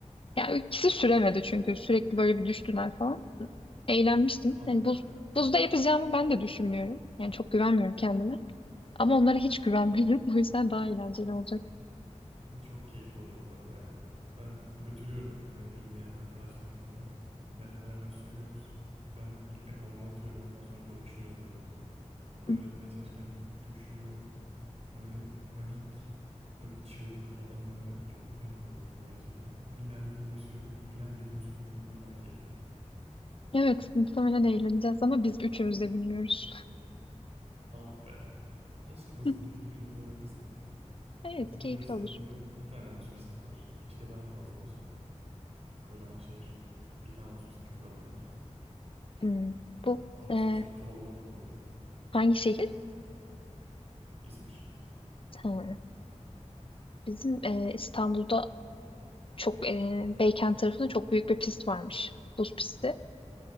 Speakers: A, on the left; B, on the right.
A: Yani ikisi süremedi çünkü sürekli böyle bir düştüler falan. Eğlenmiştim.
B: Ah
A: Yani
B: be.
A: buz, buzda yapacağımı ben de düşünmüyorum. Yani çok güvenmiyorum kendime. Ama onlara hiç güvenmiyorum. <laughs> O yüzden daha eğlenceli olacak.
B: Çok keyifli olur bu arada ya. Ben götürüyorum hep böyle bilmeyen arkadaşlarımı falan. Beraber sürüyoruz. Ben ilk bir havama atıyorum ondan sonra bakışıyoruz böyle. Sonra
A: Hı.
B: öğretmeye çalışırken düşüyor. Böyle panik. böyle bir çığlık falan böyle. Çok komik oluyor gerçekten. Bilmeyen biriyle sürmek, bilen biriyle sürmekten daha keyifli.
A: Evet, muhtemelen eğleneceğiz ama biz üçümüz de bilmiyoruz.
B: Ah be. Olsun olsun
A: <laughs>
B: birbirinize öğretirsiniz.
A: Evet,
B: Bizim
A: keyifli
B: de işte
A: olur.
B: burada bir tane buz pisti var. Keşke daha fazla olsa. Kocaman şehir. Bir tane buz pisti çok az bence.
A: Hmm, Bu
B: Orası
A: e,
B: da çok kalabalık oluyor.
A: hangi şehir?
B: İzmir.
A: Ha, bizim e, İstanbul'da çok e, Beykent tarafında çok büyük bir pist varmış. Buz pisti.